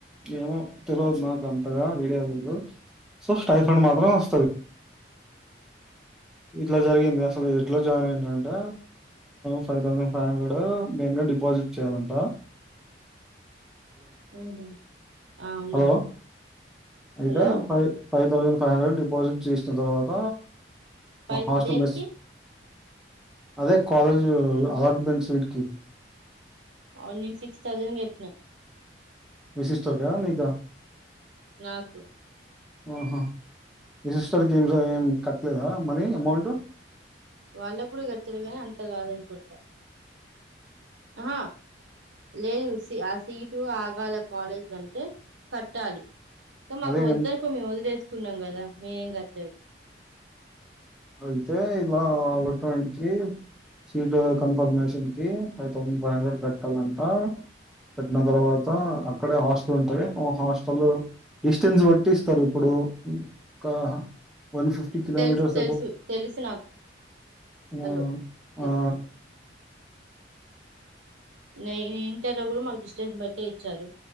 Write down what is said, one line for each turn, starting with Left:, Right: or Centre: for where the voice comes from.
Centre: ఏమో తెలవదు నాకు అంతగా వీడియో లేదు సో స్టైఫండ్ మాత్రం వస్తది ఇట్లా జరిగింది అస్ లు ఎట్ల జాయిన్ అయిన అంటే ఫైవ్ థౌజండ్ ఫైవ్ హండ్రెడ్ మెయిన్గా డిపాజిట్ చేయాలంటా
Right: ఆహ అవునా
Centre: హలో అయితే
Right: హలో
Centre: పై five thousand five hundred deposit చేసిన తర్వాత
Right: ఫై
Centre: హాస్టల్
Right: దేనికి
Centre: మేస్ అదే కాలేజ్ అలాట్మెంట్స్ వీటికి
Right: ఓలీ సిక్స్ థౌజండ్ చేపిన
Centre: మీ సిస్టర్ క నీకా
Right: నాకు
Centre: అహ మీ సిస్టర్కి ఏమి ఏం కట్టలేదా మనీ అమౌంటు
Right: వాళ్ళ కూడా కట్టిరుగా కానీ అంత కాదనుకుంటా ఆహా లేదు ఆ సీటు ఆగాల కాలేజీ కంటే కట్టాలి మాకు
Centre: అదే
Right: వద్దనుకో
Centre: ఎంత
Right: మేము వదిలేస్ అనుకున్నాం కదా మీ ఏం గట్లేదు
Centre: అయితే ఇలా అలట్మెంట్కి, సీట్ కన్ఫర్మేషన్ కి, ఫైవ్ థౌసండ్ ఫైవ్ హండ్రెడ్ కట్టాలంట, కట్టిన తర్వాత అక్కడే హాస్టల్ ఉంటుంది, హాస్టల్ డిస్టెన్స్ బట్టి ఇస్తారు ఇప్పుడు ఒ క వన్ ఫిఫ్టీ కిలోమీటర్స్
Right: తెలుసు తెలుసు తెలుసు నాకు
Centre: ఆ
Right: హలో <unintelligible>
Centre: ఆ
Right: న ఇంటర్లో కూడా మాకు డిస్టెన్స్ బట్టే ఇచ్చారు